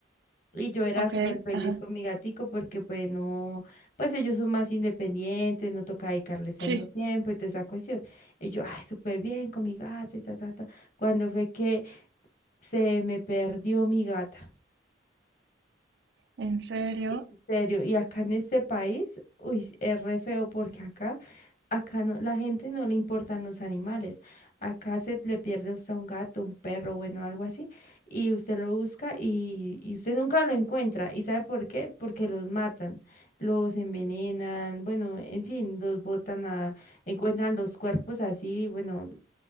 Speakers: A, on the left; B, on the right.
A: Y yo era
B: ok,
A: súper feliz
B: ajá,
A: con mi gatico porque pues no, pues ellos son más independientes, no toca dedicarles tanto
B: sí,
A: tiempo y toda esa cuestión. Y yo, ay, súper bien con mi gato y ta, ta, ta. Cuando fue que se me perdió mi gata.
B: en serio.
A: En serio, y acá en este país, uy, es re feo porque acá, acá no, la gente no le importan los animales. Acá se le pierde a usted un gato, un perro, bueno, algo así, y usted lo busca y, y usted nunca lo encuentra. ¿Y sabe por qué? Porque los matan, los envenenan, bueno, en fin, los botan a, encuentran los cuerpos así, bueno,